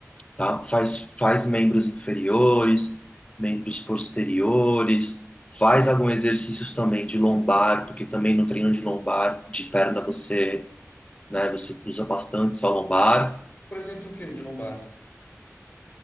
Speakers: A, on the left; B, on the left.
A: tá? Faz, faz membros inferiores, membros posteriores, faz alguns exercícios também de lombar, porque também no treino de lombar, de perna, você, né, você usa bastante só lombar.
B: Por exemplo, o que de lombar?